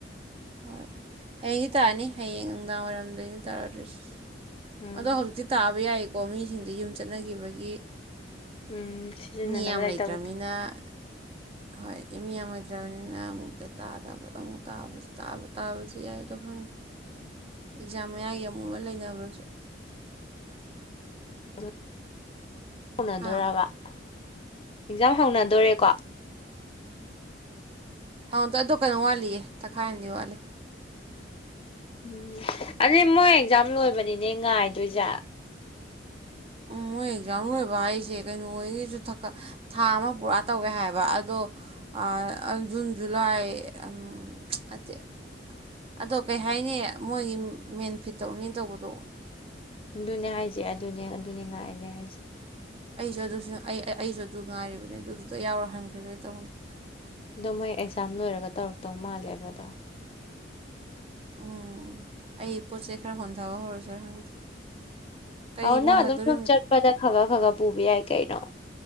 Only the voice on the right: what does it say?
ꯍꯣꯏ ꯍꯌꯦꯡꯗꯤ ꯇꯥꯅꯤ ꯍꯌꯦꯡ ꯅꯨꯡꯗꯥꯡꯋꯥꯏꯔꯝꯗꯩꯅ ꯇꯔꯗꯣꯏꯁꯦ
ꯑꯗꯣ ꯍꯧꯖꯤꯛꯇꯤ ꯇꯥꯕ ꯌꯥꯏ ꯀꯣꯃꯤꯁꯤꯡꯗ ꯌꯨꯝ ꯆꯠꯅꯈꯤꯕꯒꯤ
ꯃꯤ ꯌꯥꯝ
ꯂꯩꯇ꯭ꯔꯕꯅꯤꯅ ꯍꯣꯏ ꯃꯤ ꯌꯥꯝꯃꯨꯗ꯭ꯔꯕꯅꯤꯅ ꯑꯃꯨꯛꯇꯥꯗꯕ ꯑꯃꯛ ꯇꯥꯕ ꯇꯥꯕꯥꯁꯨ ꯌꯥꯏ ꯑꯗꯣ ꯈꯪꯗꯣ ꯑꯦꯀꯖꯝ ꯃꯌꯥꯏꯒꯤ ꯑꯃꯨꯛ ꯃꯨꯕꯥ ꯂꯩꯅꯕ꯭ꯔꯁꯨ
ꯍꯥ
ꯍꯧꯇꯗꯣ ꯀꯩꯅꯣ ꯋꯥꯠꯂꯤꯌꯦ ꯊꯈꯥꯏ ꯑꯃꯗꯤ ꯋꯥꯠꯂꯤ
ꯎꯝ ꯃꯣꯏ ꯑꯦꯛꯖꯥꯝ ꯂꯣꯏꯕ ꯍꯥꯏꯁꯦ ꯀꯩꯅꯣꯍꯣꯌꯒꯤꯁꯨ ꯊꯥ ꯑꯃ ꯄꯨꯔꯥ ꯇꯧꯋꯦ ꯍꯥꯏꯕ ꯑꯗꯣ ꯑꯥ ꯖꯨꯟ ꯖꯨꯂꯥꯏ ꯎꯝ ꯑꯠꯇꯦ ꯑꯗꯣ ꯀꯩ ꯍꯥꯏꯅꯤ ꯃꯣꯏꯒꯤ ꯃꯦꯟꯐꯤꯠ ꯇꯧꯅꯤ ꯇꯧꯕꯗꯣ
ꯑꯩꯁꯨ ꯑꯗꯨꯁꯨ ꯑꯩ ꯑꯩꯁꯨ ꯑꯗꯨ ꯉꯥꯏꯔꯤꯕꯅꯦ ꯑꯗꯨꯗꯨꯗ ꯌꯥꯎꯔ ꯍꯟꯈ꯭ꯔꯒꯦ ꯇꯧꯕꯅꯦ
ꯎꯝ ꯑꯩ ꯄꯣꯠ ꯆꯩ ꯈꯔ ꯍꯣꯟꯊꯕ ꯍꯧꯔꯁꯤꯔ ꯈꯪꯗꯦ <unintelligible> ꯀꯔꯤꯕꯨ
ꯍꯣꯟꯊꯗꯣꯔꯤꯕꯅꯣ